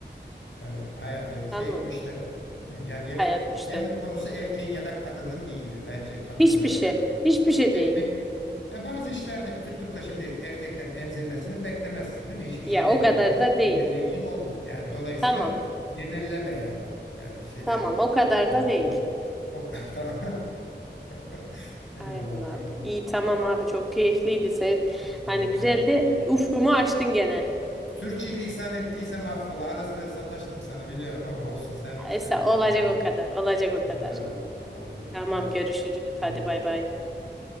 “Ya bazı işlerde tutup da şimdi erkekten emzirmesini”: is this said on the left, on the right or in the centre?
Left